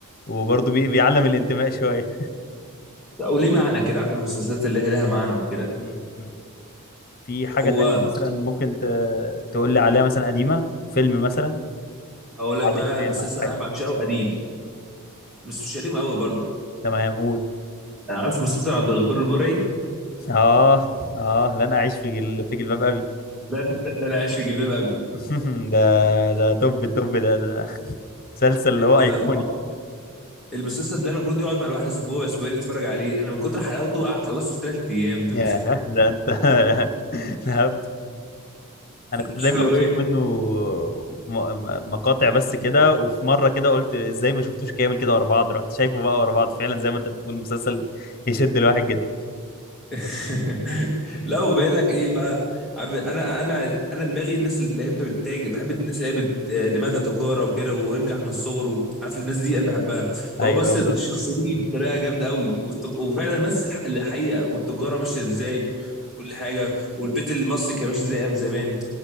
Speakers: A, on the left; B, in the centre.
A: وبرضه بي... بيعلم الانتماء <laughs> شويه
B: وليه معنى كده عارف المسلسلات اللي هي لها معنى وكده
A: م- م. في حاجه
B: هو
A: تانية مثلا ممكن ت... تقول لي عليها مثلا قديمه فيلم مثلا
B: اقول لك بقى
A: الإمام
B: مسلسل
A: أو
B: انا
A: حاجة
B: بعشقه قديم بس مش قديم قوي برضه
A: تمام قول
B: يعني عارف مسلسل عبد الغفور البرعي
A: اه اه لن اعيش في جل... في جلباب ابي
B: ده ده انا عايش في جلباب ابي
A: <laughs> ده ده توب التوب ده ده مسلسل اللي هو
B: انت
A: ايقوني
B: تعرف آه، المسلسل ده المفروض يقعد مع الواحد اسبوع اسبوعين يتفرج عليه انا من كتر حلاوته خلصته في ثلاث ايام <laughs>
A: ياه ده انت <laughs> فهمت انا كنت
B: عارف
A: دايما
B: لو
A: بشوف
B: ايه
A: منه م... م- مقاطع بس كده وفي مره كده قلت ازاي ما شفتوش كامل كده ورا بعض رحت شايفه بقى ورا بعض فعلا زي ما انت بتقول مسلسل يشد الواحد جدا
B: <laughs> لا وبقول لك ايه بقى عارف انا انا انا دماغي الناس اللي هي بتتاجر بحب الناس اللي هي بت- دماغها تجاره وكده وينجح من الصغر عارف الناس دي انا بحبها
A: ايوه
B: فهو بس
A: ايوه
B: الشخصيه
A: بالظبط.
B: دي بطريقه جامده قوي والت- وفعلا مثل الح- الحقيقه والتجاره ماشيه ازاي كل حاجه والبيت المصري كان ماشي زي ايام زمان